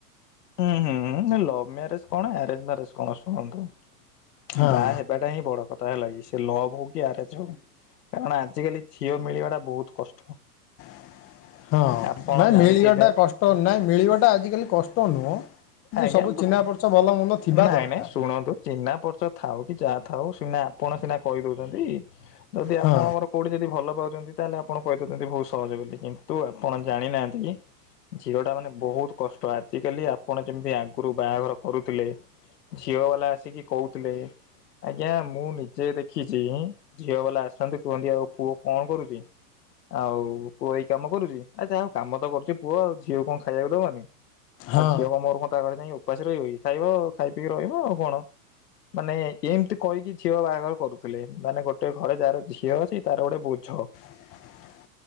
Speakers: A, on the left; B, on the left.
A: ହୁଁ ହୁଁ ହୁଁ ଲଭ ମ୍ୟାରେଜ କଣ ଆରେଞ୍ ମ୍ୟାରେଜ କଣ ଶୁଣନ୍ତୁ
B: ହଁ
A: ବାହା ହେବାଟା ହିଁ ବଡ କଥା ହେଲା କି ସେ ଲଭ୍ ହଉ କି ଆରେଞ୍ଜେ ହଉ। କାରଣ ଆଜିକାଲି ଝିଅ ମିଳିବା ଟା ବହୁତ କଷ୍ଟ ହୁଁ
B: <inaudible> ହଁ
A: ଆପଣ
B: ନାଇଁ
A: ଜାଣିଥିବେ
B: ମିଳିବା ଟା କଷ୍ଟ ନାଇଁ ମିଳିବା ଟା ଆଜିକାଲି କଷ୍ଟ ନୁହଁ କିନ୍ତୁ
A: ଆଜ୍ଞା
B: ସବୁ
A: ବୁ
B: ଚିହ୍ନା ପରିଚୟ ଭଲ ମନ୍ଦ ଥିବା
A: ନାଇଁ
B: ଦରକାର
A: ନାଇଁ ଶୁଣନ୍ତୁ ଚିହ୍ନା ପରିଚୟ ଥାଉ କି ଯାହା ଥାଉ ସିନା ଆପଣ ସିନା କହିଦଉଛନ୍ତି ଯଦି ଆପଣଙ୍କର
B: ହଁ
A: କୋଉଠି ଯଦି ଭଲ ପାଉଛନ୍ତି ତାହେଲେ ଆପ ଆପଣ କହି ବହୁତ ସହଜ ବୋଲି କିନ୍ତୁ ଆପଣ ଜାଣିନାହାନ୍ତି କି ଝିଅ ଟା ମାନେ ବହୁତ କଷ୍ଟ ଆଜିକାଲି ଆପଣ ଯେମିତି ଆଗରୁ ବାହାଘର କରୁଥିଲେ ଝିଅ ବାଲା ଆସିକି କହୁଥିଲେ, ଆଜ୍ଞା ମୁଁ ନିଜେ ଦେଖିଛି ଝିଅ ବାଲା ଆସିଛନ୍ତି କୁହନ୍ତି ଆଉ ପୁଅ କଣ କରୁଛି? ଆଉ ପୁଅ ଏଇ କାମ କରୁଚି ଆଚ୍ଛା ଆଉ କାମ ତ କରୁଚି ପୁଅ ଆଉ ଝିଅକୁ କଣ ଖାଇବାକୁ ଦବନି।
B: ହଁ
A: ଆଉ ଝିଅ କ ମୋର କଣ ତା କରେ ଯାଇ ଉପାସ ରହିିବକି ଖାଇବ ଖାଇ ପିକି ରହିବ ଆଉ କଣ। ମାନେ ଏମତି କହିକି ଝିଅ ବାହାଘର କରୁଥିଲେ, ମାନେ ଗୋଟେ ଘରେ ଯାାର ଝିଅ ଅଛି ତାର ଗୋଟେ ବୋ ଛଅ।
B: ହ